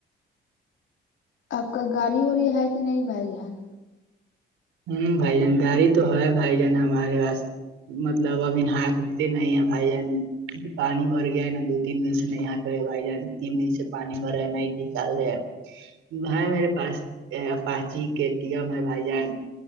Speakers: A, on the left (about 70°); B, on the right (about 85°).
A: آپ کا گاڑی وڑی ہے کہ نہیں بھائی جان
B: ہوں بھائی جان گاڑی تو ہے بھائی جان ہمارے پاس مطلب ابھی نکتے نہیں ہے بھائی جن پانی بھر گیا ہے نا دو تین دن سے نہیں یہاں کرے بھائی جان تین دن سے پانی بھرا ہے نہیں نکال رہ بھائی میرے پاساچی کے ٹی ایم ہے بھائی جان